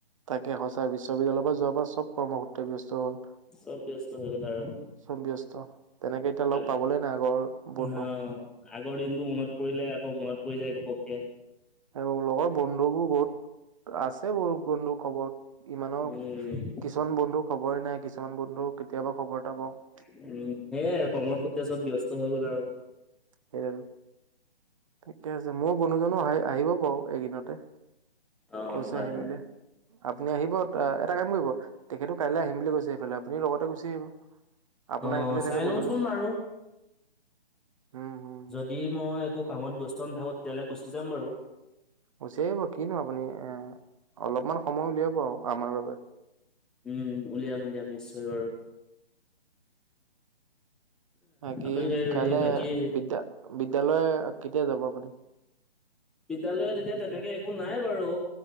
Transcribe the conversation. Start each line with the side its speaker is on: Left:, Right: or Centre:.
Right: তাকে সঁচা বিশ্ববিদ্যালয়ৰ পৰা যোৱাৰ পৰা চব কৰ্মসূত্ৰে ব্যস্ত হ'ল।
Centre: চব ব্যস্ত হৈ গ'ল আৰু।
Right: চম ব্যস্ত, তেনেকে এতিয়া লগ
Centre: আগ
Right: পাবলে নাই আগৰ বন্ধুক।
Centre: অ আগৰ দিনবোৰ মনত পৰিলে আকৌ মনত পৰি যায় ঘপককে।
Right: চব লগৰ বন্ধুবোৰ বহুত আছে ব-বন্ধু ক'ব। ইমানো
Centre: উম
Right: কিছুমান বন্ধু খবৰে নাই কিছুমান বন্ধু কেতিয়াবা খবৰ এটা লওঁ।
Centre: উম, সেয়াই আৰু কৰ্মৰ সূত্ৰে চব ব্যস্ত হৈ গ'ল আৰু।
Right: হে আৰু। ঠিকে আছে। মোৰ বন্ধুজনো আহি-আহিব বাৰু এইদিনতে,
Centre: অ
Right: কৈছে
Centre: হয়
Right: আহিম
Centre: হয়।
Right: বুলি। আপুনি আহিব অ', এটা কাম কৰিব তেখেতো কাইলৈ আহিম বুলি কৈছে এইফালে আপুনি লগতে গুচি আহিব। আপোনাৰ
Centre: অ
Right: সেইফালেই
Centre: চাই
Right: থাকে বন্ধুজন।
Centre: লওঁচোন বাৰু
Right: উম হুম হুম
Centre: দি মই একো কামত ব্যস্ত নাথাকোঁ তেতিয়ালৈ গুচি যাম বাৰু
Right: উচব কিনো আপুনি এ অলপমান সময় উলিয়াব আৰু আমাৰ বাবে
Centre: উম উলিয়াম উলিয়াম নিশ্চয় বাৰু
Right: বাকি
Centre: আপুনি হেৰি
Right: কাইলে
Centre: বাকী
Right: বিদ্া বিদ্যালয় কেতিয়া যাব আপুনি
Centre: বিদ্য়ালয়ত এতিয়া তেনেকে একো নাই বাৰু